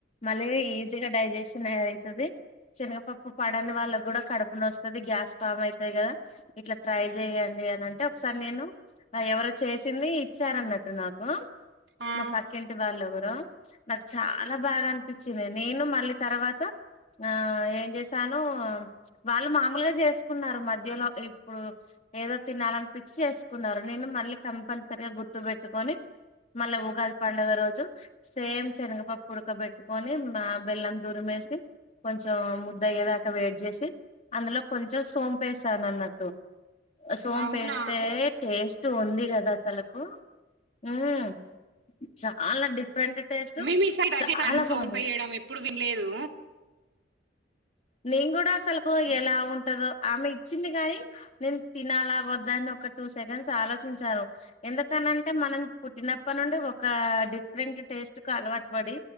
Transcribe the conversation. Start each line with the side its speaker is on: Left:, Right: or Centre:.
Left: మళ్ళీ ఈజీగా డైజెషన్ అ అయితది శనగపప్పు పడని వాళ్ళకి కూడా కడుపున వస్తుంది గ్యాస్ పామ్ అవుతుది కదా ఇట్లా ట్రై చెయ్యండి అని అంటే ఒకసారి నేను ఎవరు చేసింది ఇచ్చార అన్నట్టు నాకు
Right: ఆ ఆ
Left: మా పాక్క ఇంటి వాళ్ళు ఎవరో నాకు చాలా బాగా అనిపించింది నేను మళ్ళీ తర్వాత ఆ ఏం చేసాను వాళ్ళు మామూలుగా చేసుకున్నారు మధ్యలో ఇప్పుడు ఏదో తినాలనిపించి చేసుకున్నారు నేను మళ్ళీ కంపల్సరగా గుర్తు పెట్టుకొని మళ్ళీ ఉగాది పండుగ రోజు సేమ్ శనగపప్పు వుడక పెట్టుకొని మా బెల్లం దూరిమి వేసి కొంచెం ముద్ద అయ్యే దాకా వయిట్ చేసి అందులో కొంచెం సోంపేశాను అన్నట్టు సోంపేస్తే
Right: అవునా ఒక్-
Left: టేస్ట్ ఉంది కదా అసలకు మ్మ్ చాలా డిఫరెంట్ టేస్ట్
Right: మేమి సై
Left: చాలా
Right: సోంపయడం
Left: బాగుండేది
Right: ఎప్పుడు వినలేదు
Left: నేను కూడా అసలుకు ఎలా ఉంటదో ఆమె ఇచ్చింది కాని నేను తినాలా వద్దాను ఒక టూ సెకండ్స్ ఆలోచించాను ఎందుకనింటే మనం పుట్టినప్పటి నుండి ఒక డిఫరెంట్ టేస్ట్ కు అలవాటు పడి